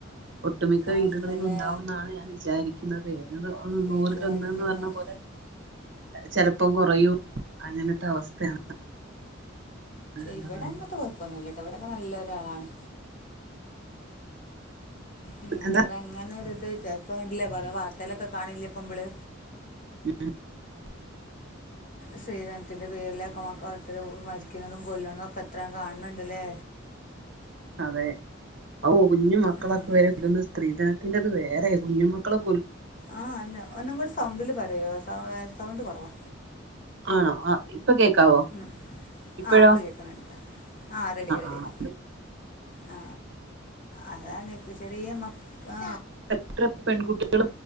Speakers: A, on the right; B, on the left.
A: ഒട്ടുമിക്ക
B: അവസ്ഥ
A: വീടുകളിൽ
B: അല്ലേ
A: ഉണ്ടാവുന്നാണ് ഞാൻ വിചാരിക്കുന്നത് ഏ
B: വിചാരിക്കുന്നത്
A: നൂറൽ ഒന്ന്ന്ന് പറഞ്ഞ പോലെ ചെിലപ്പോം കുറയൂ അങ്ങനത്തെ അവസ്ഥയാണ് എന്താ
B: ഇവിടെ
A: പറയാ
B: അങ്ങത്തെ കുഴപ്പൊന്നല്ലട്ടോ ഇവിടെൊക്കെ നല്ല ത്താളാണ്. ഉം
A: എന്താ
B: ഇവ്ടെ അങ്ങനെ ഒരിത് <unintelligible> കൊറെ വാർത് തെലൊക്കെ കാണില്ലപ്പംമ്മള്?
A: <unintelligible>
B: സ്രീധനത്തിന്റെ പേരിലക്കെ മക്കൾഎത്ര മരിക്കുന്നതും കൊല്ലണതൊക്കെ എത്ര കാൺണ്ടല്ലേ?
A: അതെ. ഓ കുഞ്ഞു മക്കളൊക്കെവരെ
B: ഉം.
A: <unintelligible> സ്ത്രീധന അതിന്റെത് വേറെ കുഞ്ഞ് മക്കളു
B: ആ ന്നെ ഒന്നുംകൂടെ സൗണ്ടില് പറയോ സൗ സൗണ്ട് കുറവാ.
A: ആണോ ആ ഇപ്പൊ കേക്കാവോ
B: ഉം
A: ഇപ്പോഴോ
B: ആ ഇപ്പ കേക്കുന്ന്‌ണ്ട്, ആ റെഡിയായ് റെഡിയായ്
A: ആ അത്
B: ആ അതാണ് ചെറിയ മ ആ
A: എത്ര പെൺകുട്ടികൾ